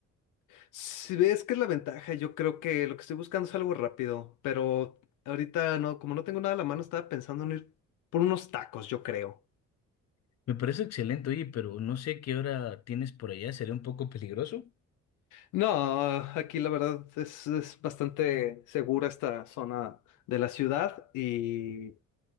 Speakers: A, on the left (about 85°); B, on the left (about 55°).
A: Si ves que es la ventaja, yo creo que lo que estoy buscando es algo rápido, pero ahorita no, como no tengo nada a la mano, estaba pensando en ir por unos tacos, yo creo.
B: Me parece excelente, oye, pero no sé qué hora tienes por allá, ¿sería un poco peligroso?
A: No, aquí la verdad es, es bastante segura esta zona de la ciudad y